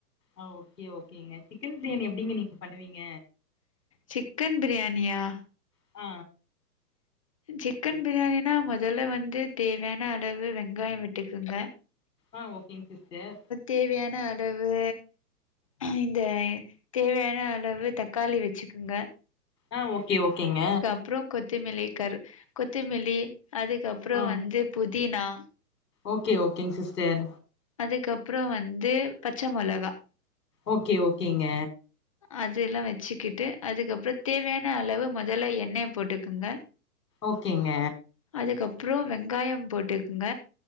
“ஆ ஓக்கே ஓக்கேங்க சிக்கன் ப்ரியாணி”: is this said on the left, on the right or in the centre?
Left